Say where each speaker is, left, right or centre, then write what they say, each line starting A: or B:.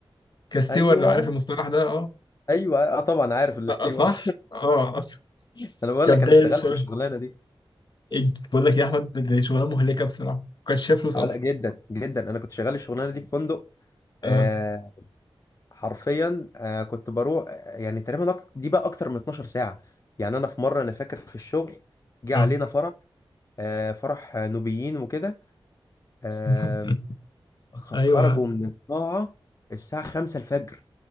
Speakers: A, on the left; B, on the left.
A: كستيور
B: <laughs> ايوه
A: لو عارف المصطلح ده اه
B: ايوه اه طبعا عارف الاستيور
A: لا صح
B: <laughs>
A: اه
B: انا بقول
A: كبدايه
B: لك انا اشتغلت
A: الشغل
B: الشغلانه دي
A: إج- بقول لك يا احمد دي شغلانه مهلكه بصراحه ما كانش فيها فلوس
B: اه
A: اصلا
B: لا جدا جدا انا كنت شغال الشغلانه دي في فندق
A: اه
B: آه، حرفيا آه كنت بروح يعني تقريبا أك- دي بقى اكتر من 12 ساعة يعني انا في مرة انا فاكر في الشغل جه
A: اه
B: علينا فرح آه فرح نوبيين وكده آه
A: <laughs>
B: خ-
A: ايوه
B: خرجوا من القاعة الساعة 5 الفجر